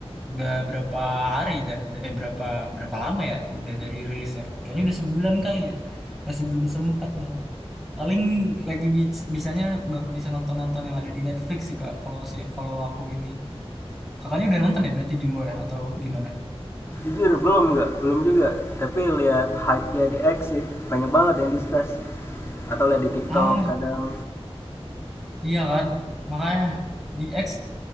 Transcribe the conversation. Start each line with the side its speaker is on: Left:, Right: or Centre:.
Centre: Udah berapa hari dah, eh berapa berapa lama ya udah dari rilisnya? Kayaknya udah sebulan kali ya. Masih belum sempat dong. Paling lagi bis- bisanya baru bisa nonton-nonton yang ada di Netflix sih Kak, kalau si kalau aku ini. Kakaknya udah nonton ya berarti Jumbo ya atau gimana?
Left: jujur belum nggak belum juga tapi lihat hype nya di X sih banyak banget yang discuss atau lihat di TikTok
Centre: Ah,
Left: kadang
Centre: iya kan. Makanya di X